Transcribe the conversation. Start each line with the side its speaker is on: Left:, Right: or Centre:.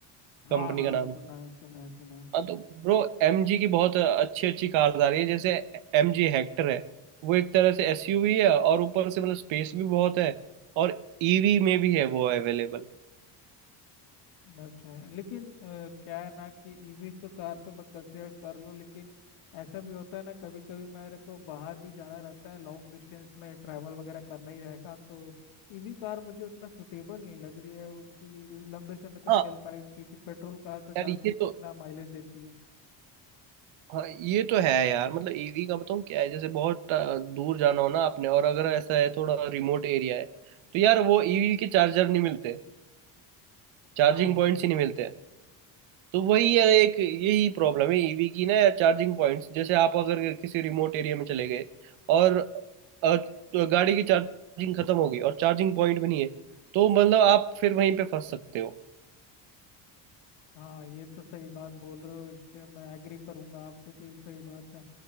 Left: हाँ
Right: कंपनी
Left: हाँ
Right: का नाम
Left: सुना है सुना है सुना है
Right: हाँ, तो ब्रो एमजी की बहुत अच्छी अच्छी कार्स आ रही है जैसे एमजी हेक्टर है वो एक तरह से एसयूवी है और ऊपर से मतलब स्पेस भी बहुत है और ईवी में भी है वो अवेलेबल
Left: अच्छा लेकिन अ, क्या है ना कि ईवी तो कार तो मैं कंसीडर कर लूँ लेकिन ऐसा भी होता है ना कभी कभी मेरे को बाहर भी जाना रहता है लॉन्ग डिस्टेंस में ट्रैवल वगैरह करना ही रहेगा तो ईवी कार मुझे उतना सुटेबल नहीं लग रही है वो कि लंबे समय तक
Right: हाँ
Left: चल पाए क्योंकि पेट्रोल कार तो जानते
Right: यार ये
Left: हो
Right: तो
Left: कितना माइलेज देती है
Right: हाँ ये तो है यार मतलब ईवी का बताऊँ क्या है जैसे बहुत अ, दूर जाना हो ना आपने और अगर ऐसा है थोड़ा रिमोट एरिया है तो यार वो ईवी के चार्जर नहीं मिलते चार्जिंग
Left: हाँ
Right: पॉइंट्स ही नहीं मिलते तो वही है एक यही प्रॉब्लम है ईवी की ना यार, चार्जिंग पॉइंट्स जैसे आप अगर किसी रिमोट एरिया में चले गए और अ, तो गाड़ी की चार्जिंग खत्म हो गई और चार्जिंग पॉइंट भी नहीं है तो मतलब आप फिर वहीं पे फंस सकते हो
Left: हाँ ये तो सही बात बोल रहे हो इसके मैं एग्री करूंगा आपका कि सही बात है